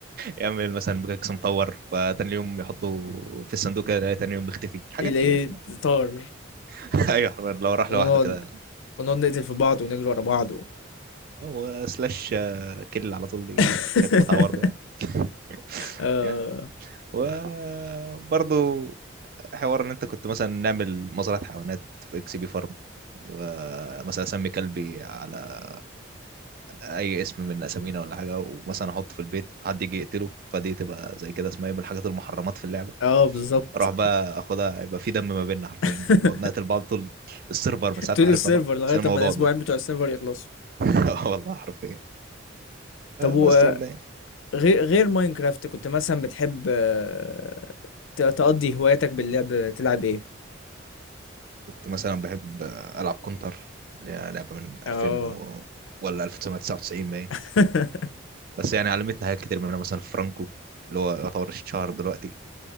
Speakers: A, on the right; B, on the left.
A: يعمل مثلا بكاكس مطور فتاني يوم يحطه في الصندوق كده يلاقي تاني يوم مختفي الحاجات
B: الايه
A: دي يعني
B: طار
A: <laughs> ايوه حرفياً لو راح
B: ونقعد
A: لوحده كده
B: ونقعد نقتل في بعض ونجري ورا بعض و...
A: هو سلاش آه، كل على طول دي
B: <laughs>
A: كانت متعه برضه يعني <laughs>
B: اه
A: يعني وبرضه حوار ان انت كنت مثلا نعمل مزرعه حيوانات في اكس بي فارم ومثلا اسمي كلبي على اي اسم من اسامينا ولا حاجه ومثلا احطه في البيت حد يجي يقتله فدي تبقى زي كده اسمها إيه من الحاجات المحرمات في اللعبه
B: اه بالظبط
A: اروح بقى اخدها يبقى في دم ما بيننا حرفيا
B: <laughs>
A: يعني نقعد نقتل بعض طول السيرفر من ساعه
B: طول
A: ما عرفنا
B: السيرفر
A: بعض
B: لغايه
A: بس الموضوع
B: اما الاسبوعين
A: ده
B: بتوع السيرفر يخلصوا
A: <laughs> والله حرفيا
B: طب وغير
A: بس يعني
B: غير ماينكرافت كنت مثلا بتحب آه، ت- تقضي هواياتك باللعب تلعب ايه
A: كنت مثلا بحب العب كونتر اللي هي لعبه من
B: اه
A: 2000 و... ولا 1999 باين
B: <laughs>
A: بس يعني علمتنا حاجات كتير منها مثلا فرانكو اللي هو يعتبر الشهر دلوقتي